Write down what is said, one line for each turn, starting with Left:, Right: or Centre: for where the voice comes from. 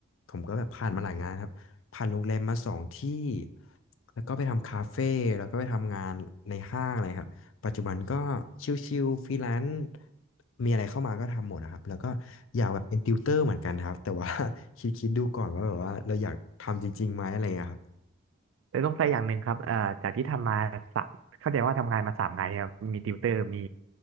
Left: ผมก็แบบผ่านมาหลายงานครับผ่านโรงแรมมาสองที่แล้วก็ไปทำคาเฟ่แล้วก็ไปทำงานในห้างอะไรครับ ปัจจุบันก็ชิลๆฟรีแลนซ์มีอะไรเข้ามาก็ทำหมดนะครับ แล้วก็อยากแบบเป็นติวเตอร์เหมือนกันครับ แต่ว่า <laughs> คิดๆดูก่อนว่าแบบว่าเราอยากทำจริงๆไหมอะไรอย่างเงี้ยครับ
Right: เลยต้องใส่อย่างหนึ่งครับเอ่อจากที่ทำมาสามเข้าใจว่าทำงานมาสามงานเนี่ยครับมีติวเตอร์ มี